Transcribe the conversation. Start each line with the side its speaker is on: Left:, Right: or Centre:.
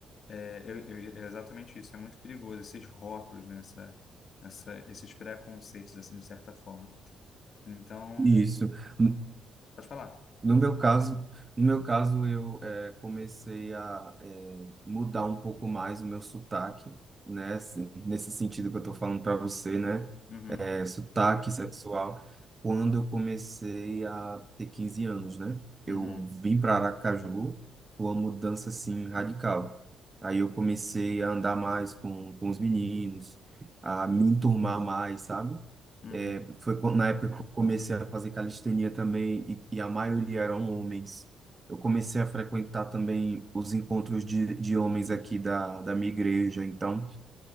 Left: é, eu, eu- é exatamente isso. É muito perigoso esses rótulos, né? Essa, essa, esses preconceitos, assim, de certa forma. Então,
Right: Isso. No
Left: pode falar.
Right: no meu caso, no meu caso eu eh, comecei a eh, mudar um pouco mais o meu sotaque, né? assim, Nesse sentido que eu tô falando para você, né?
Left: Uhum,
Right: é, sotaque sexual quando eu comecei a ter 15 anos, né?
Left: uhum,
Right: Eu vim para Aracaju, foi uma mudança assim radical. Aí eu comecei a andar mais com, com os meninos, a me enturmar mais, sabe?
Left: uhum.
Right: É, foi quando- na época que eu comecei a fazer calistenia também e, e a maioria eram homens. Eu comecei a frequentar também os encontros de, de homens aqui da, da minha igreja, então